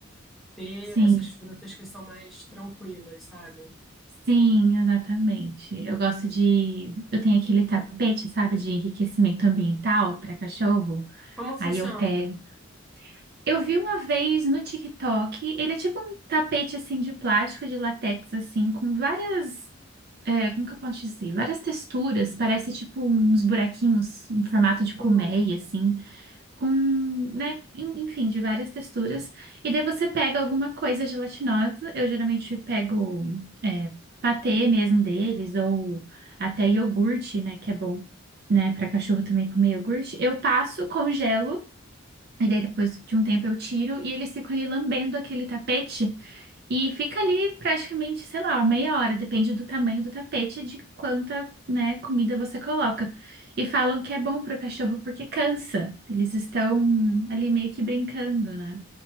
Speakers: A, in the centre; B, on the right.
A: pera,
B: sim,
A: essas frutas que são mais tranquilas, sabe?
B: sim, exatamente. Eu gosto de. Eu tenho aquele tapete, sabe, de enriquecimento ambiental para cachorro.
A: Como funciona?
B: Aí eu pego. Eu vi uma vez no TikTok, ele é tipo um tapete assim de plástico, de látex, assim, com várias é, como que eu posso dizer? Várias texturas, parece tipo uns buraquinhos em formato de
A: Hum.
B: colmeia, assim, com, né, en- enfim, de várias texturas. E daí você pega alguma coisa gelatinosa, eu geralmente pego é, patê mesmo deles, ou até iogurte, né, que é bom, né, para cachorro também comer iogurte. Eu passo, congelo, e daí depois de um tempo eu tiro, e eles ficam ali lambendo aquele tapete. E fica ali praticamente, sei lá, uma meia hora, depende do tamanho do tapete, e de quanta, né, comida você coloca. E falam que é bom para o cachorro porque cansa. Eles estão ali meio que brincando, né?